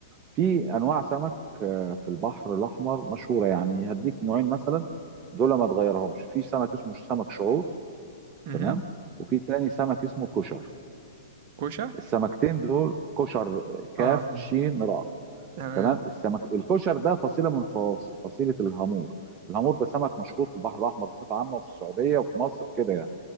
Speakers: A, on the right; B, on the right.
A: في انواع سمك آه، في البحر الاحمر مشهوره يعني هديك نوعين مثلا دول ما تغيرهمش في سمك اسمه سمك شعور
B: مهم.
A: تمام وفي تاني سمك اسمه كشر
B: كوشة
A: السمكتين دول كشر كاف
B: اه آه.
A: شين راء
B: تمام
A: تمام السمك الكشر ده فصيله من فص- فصيله الهامور الهامور ده سمك مشهور في البحر الاحمر بصفه عامه وفي السعوديه وفي مصر كده يعني